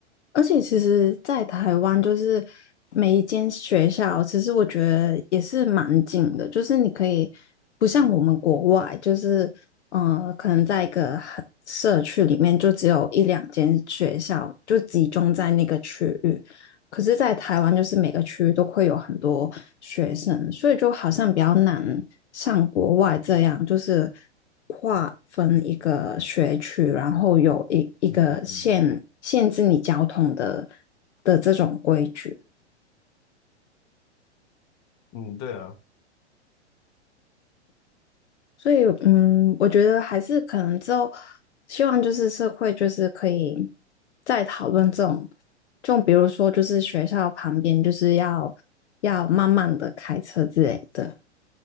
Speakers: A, on the left (about 70°); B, on the left (about 40°).
A: 而且其实，在台湾就是每一间学校，其实我觉得也是蛮近的，就是你可以不像我们国外，就是呃，可能在一个很社区里面就只有一两间学校，就集中在那个区域。可是，在台湾就是每个区都会有很多学生，所以就好像比较难像国外这样，就是划分一个学区，然后有一一个限限制你交通的
B: 嗯嗯嗯
A: 的这种规矩。
B: 嗯，对啊。
A: 所以，嗯，我觉得还是可能之后，希望就是社会就是可以再讨论这种，就比如说就是学校旁边就是要要慢慢的开车之类的，